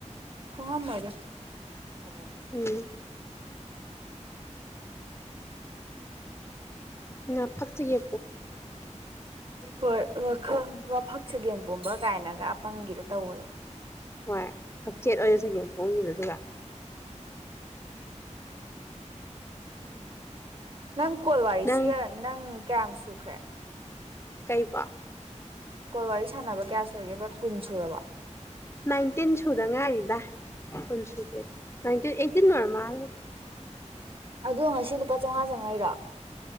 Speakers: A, on the right; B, on the left.
A: ꯍꯣꯡꯉꯥꯝ ꯃꯣꯏꯗꯥ ꯎ
B: ꯎꯝ
A: <unintelligible>
B: ꯑ ꯐꯛꯁꯤꯒꯤ
A: ꯍꯣꯏ ꯋꯥꯜ ꯋꯥꯐꯛ ꯁꯒꯦꯟ ꯄꯨꯝꯕ ꯀꯥꯏꯅꯒ ꯄꯪꯒꯤꯗ ꯇꯧꯕꯗꯣ
B: ꯍꯣꯏ ꯍꯛꯆꯦꯠ ꯑꯣꯏꯅ ꯆꯪꯒꯦꯝ ꯄꯣꯡꯉꯗꯗꯨ
A: ꯅꯪ ꯀꯣꯜ ꯋꯥꯔꯤꯁꯤꯒ
B: ꯅꯪ
A: ꯅꯪ ꯀꯌꯥꯝ ꯁꯨꯈ꯭ꯔꯦ
B: ꯀꯩꯕ
A: ꯀꯣꯜ ꯋꯥꯔꯤ ꯁꯥꯟꯅꯕ ꯀꯌꯥ ꯁꯨꯔꯤꯒꯦꯕ ꯀꯨꯟ ꯁꯨꯔꯕ
B: ꯟꯇꯤꯟ ꯁ ꯗꯉꯗ ꯄꯨꯟꯁꯨꯄꯦꯗ ꯟꯇꯤꯟ ꯑꯩꯠꯇꯤꯟ ꯅꯔꯃꯜ
A: ꯑꯗꯨꯗ ꯁꯤꯗ ꯂꯨꯄꯥ ꯆꯥꯃꯉꯥ ꯆꯥꯉꯩꯔꯣ